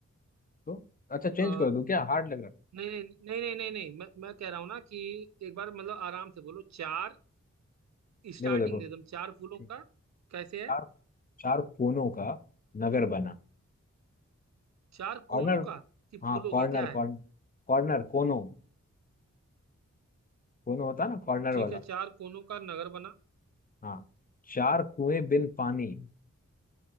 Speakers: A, on the left; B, on the right.
A: तो अच्छा चेंज
B: आ,
A: कर दूं क्या हार्ड लग रहा
B: नहीं नहीं नहीं नहीं नहीं नहीं मैं मैं कह रहा हूँ ना कि एक बार मतलब आराम से बोलो चार स्टार्टिंग
A: है देखो देखो
B: दे दो चार फूलों
A: ठीक
B: का कैसे है
A: चार चार कोनों का नगर बना
B: चार
A: कॉर्नर
B: कोनों का कि
A: हाँ
B: फूलों
A: कॉर्नर
B: का क्या है
A: कॉर्न कॉर्नर कोनों कोनों होता है ना कॉर्नर
B: ठीक
A: वाला
B: है चार कोनों का नगर बना
A: हाँ चार कुएं बिन पानी